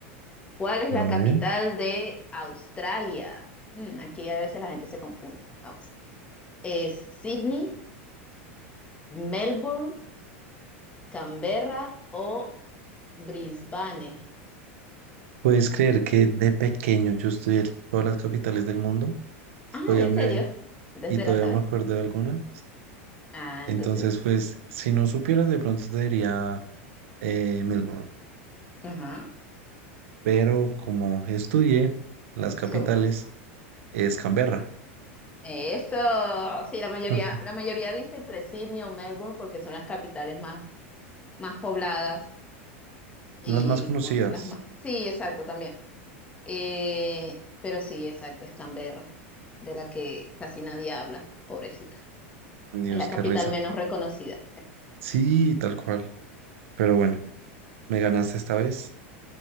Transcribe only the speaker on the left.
¿Cuál es
la capital
de Australia? Mm, aquí a veces la gente se confunde. Vamos. ¿Es Sydney, Melbourne, Canberra o Brisbane?
Ah,
¿en
serio? Entonces
te
la sabes.
Ah,
entonces.
Ajá.
¿Cómo
Eso, sí, la mayoría,
la mayoría dice entre Sydney o Melbourne porque son las capitales más, más pobladas y
como que las más, sí, exacto, también. Eh, pero sí, exacto, es Canberra, de la que casi nadie habla, pobrecita.
Es la capital
menos reconocida.